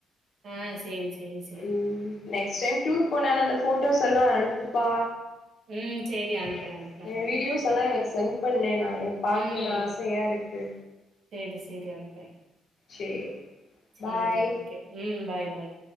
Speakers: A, on the right (about 60°); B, on the left (about 60°).
A: ஆஹ் செரி செரி செரி
B: ம்
A: செரி
B: நெக்ஸ்ட் டைம் டூர் போனானனு அந்த போட்டோஸ் எல்லாம் அனுப்புப்பா
A: ம்
B: நெக்ஸ்
A: சேரி
B: வீடியோ
A: அனுப்புறே அனுப்புறே
B: வீடியோஸ் எல்லாம் எனக்கு சேன் பண்ணு எ பாக்கணுனு
A: உம்
B: ஆசையா இருக்கு
A: செரி செரி அனுப்புறேன்
B: சேரி
A: சேரி
B: பாய்
A: கே உம் பாய் பாய்